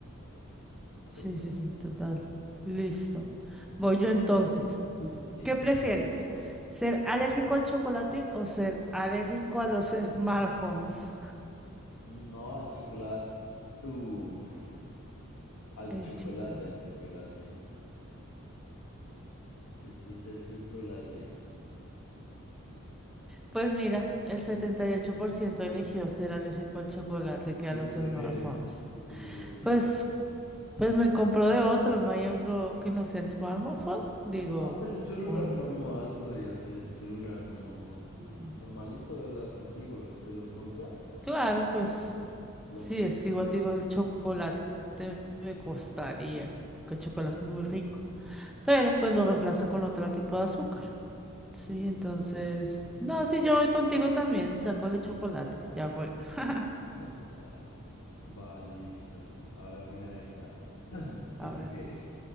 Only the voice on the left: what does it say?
Total.
<laughs> Listo.
No, al chocolate. Uf, al
chocolate,
al chocolate. Yo creo que al chocolate.
¿Tú
qué prefieres?
¿Tú qué prefieres?
Ah, pues un celular
normal podría ser, un celular no
normalito de las antiguas, de los Nokia,
los
clásicos.
Mm,
pues sí, no,
bien.
<laughs> Va, listo. Ahora mira esta. <clears throat>
¿Qué prefieres?